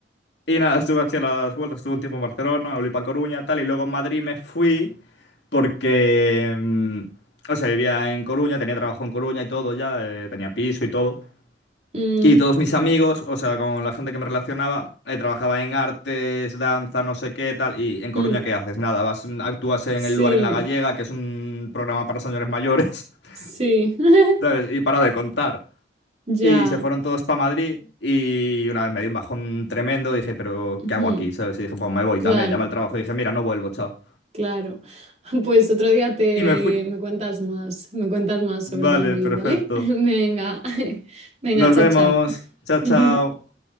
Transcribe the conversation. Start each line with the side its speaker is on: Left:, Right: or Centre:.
Left: y nada, estuve haciendo las vueltas, estuve un tiempo en Barcelona, volví para Coruña, tal, y luego en Madrid me fui porque, mm, o sea, vivía en Coruña, tenía trabajo en Coruña y todo ya, eh, tenía piso y todo.
Right: Mm,
Left: Y todos mis amigos, o sea, con la gente que me relacionaba, eh, trabajaba en artes, danza, no sé qué, tal. Y en Coruña,
Right: mm.
Left: ¿qué haces? Nada, vas, actúas en
Right: Sí,
Left: el lugar en La Gallega, que es un programa para señores mayores,
Right: sí. <laughs>
Left: <laughs> ¿sabes? Y para de contar.
Right: Ya.
Left: Y se fueron todos para Madrid y una vez me di un bajón tremendo, dije, pero
Right: Ujú.
Left: ¿qué hago aquí? ¿Sabes? Y dije, pues me voy también,
Right: Claro,
Left: llamé al trabajo y dije, mira, no vuelvo, chao.
Right: claro. <laughs> Pues otro día te
Left: Y me fui.
Right: me cuentas más, me cuentas más
Left: Vale,
Right: sobre Madrid,
Left: perfecto.
Right: ¿vale? <laughs> Venga. <laughs> Venga,
Left: Nos
Right: chao,
Left: vemos.
Right: chao.
Left: Chao,
Right: <laughs>
Left: chao.